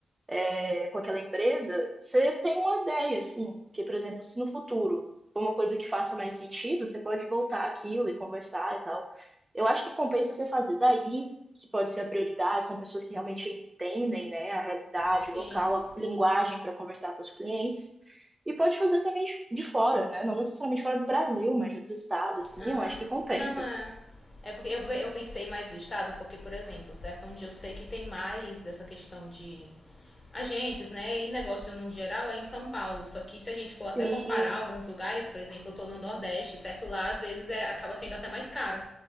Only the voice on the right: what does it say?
é, com aquela empresa, você tem uma ideia, assim, que, por exemplo, se no futuro for uma coisa que faça mais sentido, você pode voltar aquilo e conversar e tal. Eu acho que compensa você fazer daí, que pode ser a prioridade, são pessoas que realmente entendem, né, a realidade,
o local, a linguagem para conversar com os clientes. E pode fazer também de de fora, né? Não necessariamente fora do Brasil, mas de outro estado, assim,
eu acho que compensa.
Sim,